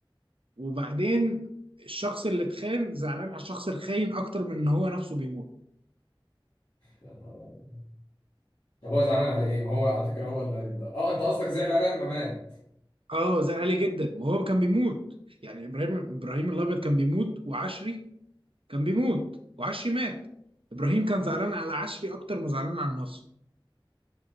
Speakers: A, on the right; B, on the left.
A: وبعدين الشخص اللي اتخان زعلان على الشخص الخاين اكتر من ان هو نفسه بيموت
B: يا نهار أبيض. طب هو زعلان على ايه ما هو على فكره هو اللي هيتض- اه انت قصدك زعل عليه لما مات
A: اه زعل عليه جدا وهو كان بيموت يعني ابراهيم ابراهيم الابيض كان بيموت وعشري كان بيموت وعشري مات ابراهيم كان زعلان على عشري اكتر ما زعلان على نفسه